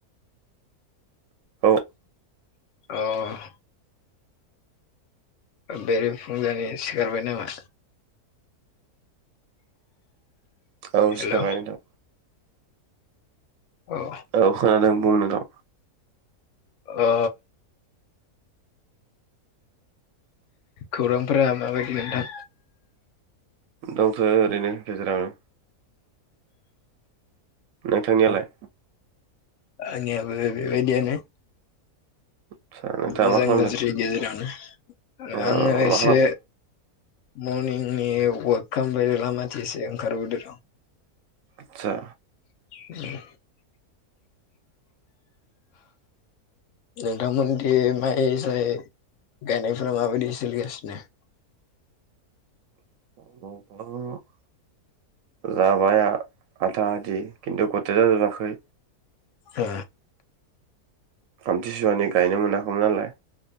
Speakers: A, on the right; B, on the left.
A: औ
B: अ बेरेफुंजानि सिखारबाय नामा
A: औ
B: हेलौ
A: सिखारबाय नोंथां
B: अ
A: औ खोनादों बुं नोंथां
B: अ खौरांफोरा माबायदि नोंथां
A: दंथ'यो ओरैनो गेजेरावनो नोंथांनियालाय
B: आंनियाबो बेबायदियानो
A: आदसा नोंथाङा
B: मोजां
A: मा खालामदों
B: गाज्रि गेजेरावनो
A: औ
B: आङो एसे
A: मा खालाम
B: मरनिंनि अवाक खामबाय लामाथि इसे ओंखार बोदो र'
A: आतसा
B: <inaudible> नोंथां मोनथिं माइ साय गायनाय फोरा माबायदि सोलिगासिनो <inaudible>
A: अ जाबाय आथा आधि खिन्थु गटाय जाजोबाखै
B: ओ
A: आमथिसुवानि गायनो मोनाखैमोन नालाय